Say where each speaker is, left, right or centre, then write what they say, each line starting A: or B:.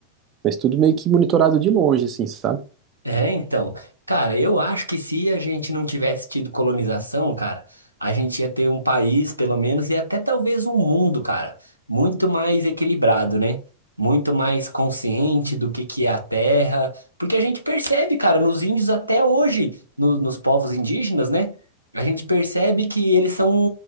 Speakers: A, on the right (about 30°); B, on the right (about 85°).
A: mas tudo meio que monitorado de longe, assim, sabe?
B: É, então, cara, eu acho que se a gente não tivesse tido colonização, cara, a gente ia ter um país, pelo menos, e até talvez um mundo, cara, muito mais equilibrado, né? Muito mais consciente do que que é a terra, porque a gente percebe, cara, nos índios até hoje, no- nos povos indígenas, né? A gente percebe que eles são